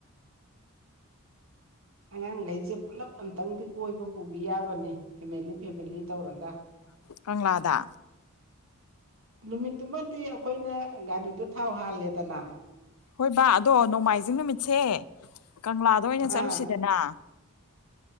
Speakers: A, on the right; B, on the left.
A: ꯑꯉꯥꯡꯈꯩꯁꯦ ꯄꯨꯜꯂꯞ ꯑꯝꯇꯪꯗꯤ ꯀꯣꯏꯕ ꯄꯨꯕꯤ ꯌꯥꯕꯅꯦ ꯐꯦꯃꯦꯂꯤ ꯐꯦꯃꯤꯂꯤ ꯇꯧꯔꯒ
B: ꯀꯪꯂꯥꯗ
A: ꯅꯨꯃꯤꯠꯇꯨꯃꯗꯤ ꯑꯩꯈꯣꯏꯅ ꯒꯥꯔꯤꯗꯣ ꯊꯥꯎ ꯍꯥꯜꯂꯦꯗꯅ
B: ꯍꯣꯏ ꯕꯥ ꯑꯗꯣ ꯅꯣꯡꯃꯥꯏꯖꯤꯡ ꯅꯨꯃꯤꯠꯁꯦ ꯀꯪꯂꯥꯗ ꯑꯣꯏꯅ ꯆꯠꯂꯨꯁꯤꯗꯅ
A: ꯑꯥ